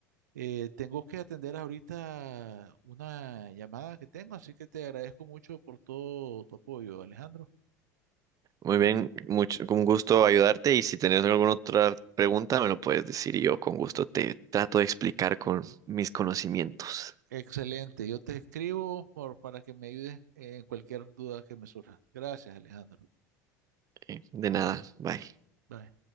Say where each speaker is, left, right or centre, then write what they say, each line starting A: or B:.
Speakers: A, on the right (about 85°); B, on the right (about 40°).
A: Eh, tengo que atender ahorita una llamada que tengo, así que te agradezco mucho por todo tu apoyo, Alejandro.
B: Muy bien, mucho, con gusto ayudarte y si tenés alguna otra pregunta me lo puedes decir y yo con gusto te trato de explicar con mis conocimientos.
A: Excelente. Yo te escribo por- para que me ayudes en cualquier duda que me surja. Gracias, Alejandro.
B: Eh, De nada, bye.
A: Bye.